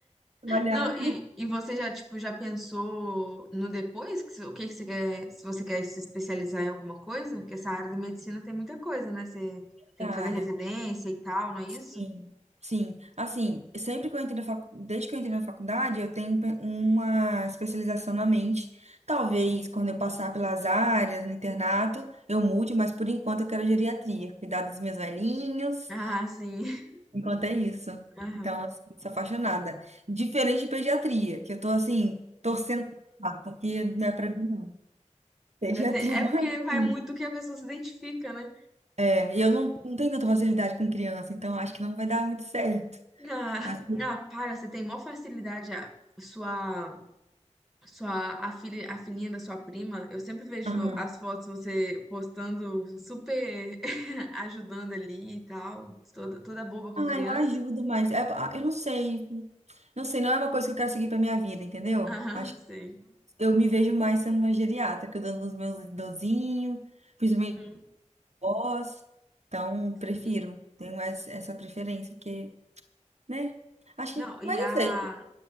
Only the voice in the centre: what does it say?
Não, e, e você já, tipo, já pensou no depois? Que, se- o que que você quer, se você quer se especializar em alguma coisa? Porque essa área da medicina tem muita coisa, né? Você tem
que fazer
residência e tal, não é
isso?
Ah, sim. <laughs>
Aham.
Até- É
porque
vai
muito do que a pessoa se identifica, né?
Ah,
ah, para, você tem maior facilidade a sua Sua, a filha, a filhinha da sua prima, eu sempre vejo
as fotos você postando, super <laughs> ajudando ali e tal, toda, toda boba com
criança.
Aham,
sei.
Hum.
Sim.
Não, e
a.